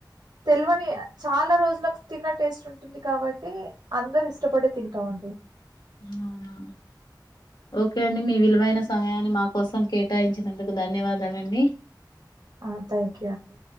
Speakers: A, on the right; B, on the left.
A: తెల్వని చాలా రోజులకు తిన్న టేస్ట్ ఉంటుంది కాబట్టి అందరుూ ఇష్టపడే తింటాంండి
B: అవునా ఓకే అండి మీ విలువైన సమయాన్ని మా కోసం కేటాయించినందుకు ధన్యవాదాలండి
A: ఆ థ్యాంక్ యూ అండి